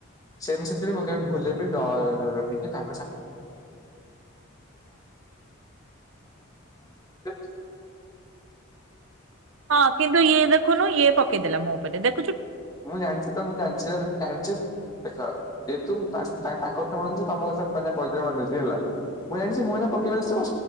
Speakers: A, on the left; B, on the right.
A: ସେ ମୁଁ ସେଥିରେ ମୁଁ କେବେ ଭୁଲ ରେ ବି ଡରି କି ତା <unintelligible>
B: ହଁ କିନ୍ତୁ ଇଏ ଦେ ଖୁନୁ ଇଏ ପକେଇଦେଲା ମୋ ଉପରେ ଦେ
A: ମୁଁ ଜାଣିଛି ତ ମୁଁ ଜାଣିଛି ତ ଜାଣିଛି। ଦେଖ ଯେହେତୁ <unintelligible> ତାଙ୍କ କଥା ମାନୁଛି ତମ କଥା ବରିଦ୍ର ମାନୁଛି ହେଲା ମୁଁ ଜାଣିଛି ମୁଁ ଏଇନା ପକେଇଲେ ସେ ମୋ